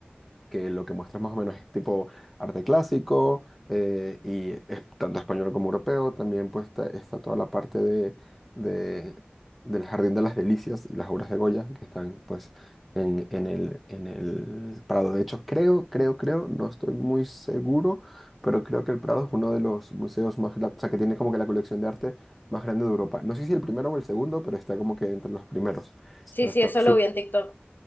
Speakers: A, in the centre; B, on the left (about 55°).
A: que lo que muestras más o menos es tipo arte clásico, eh, y es tanto español como europeo. También pues está, está toda la parte de, de- del Jardín de las Delicias y las obras de Goya, que están pues en, en el, en el Prado. De hecho, creo, creo, creo, no estoy muy seguro, pero creo que el Prado es uno de los museos más grandes, o sea, que tiene como que la colección de arte más grande de Europa. No sé si el primero o el segundo, pero está como que entre los primeros. O
B: Sí,
A: sea,
B: sí,
A: está
B: eso lo vi en TikTok.